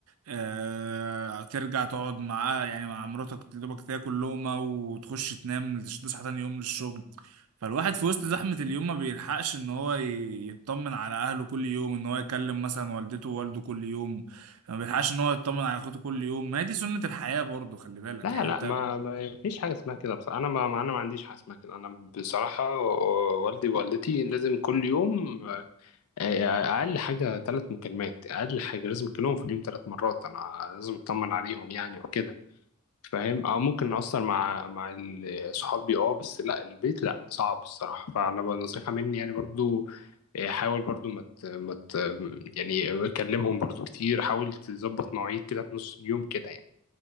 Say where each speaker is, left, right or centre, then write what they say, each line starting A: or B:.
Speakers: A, on the right (about 80°); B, on the left (about 80°).
A: آه، ترجع تقعد معاه يعني مع مراتك يا دوبك تاكل لقمة وتخش تنام تش- تصحى تاني يوم للشغل فالواحد في وسط زحمة اليوم ما بيلحقش ان هو ي- يطمن على اهله كل يوم ان هو يكلم مثلا والدته ووالده كل يوم ما بيلحقش ان هو يطمن على اخوته كل يوم ما هي دي سنة الحياة برضو خلي بالك
B: لا
A: يعني
B: لا
A: انت
B: ما ما فيش حاجة اسمها كده بصراحة أنا ما أنا ما عنديش حاجة اسمها كده أنا بصراحة والدي ووالدتي لازم كل يوم آه، اقل حاجه ثلاث مكالمات اقل حاجه لازم اكلمهم في اليوم ثلاث مرات انا لازم اطمن عليهم يعني وكده فاهم اه ممكن اقصر مع مع ال- صحابي اه بس لا البيت لا صعب الصراحه فانا بقى نصيحه مني يعني برضو آه، حاول برضو ما مت مت يعني اكلمهم برضو كتير حاول تظبط مواعيد كده في نص اليوم كده يعني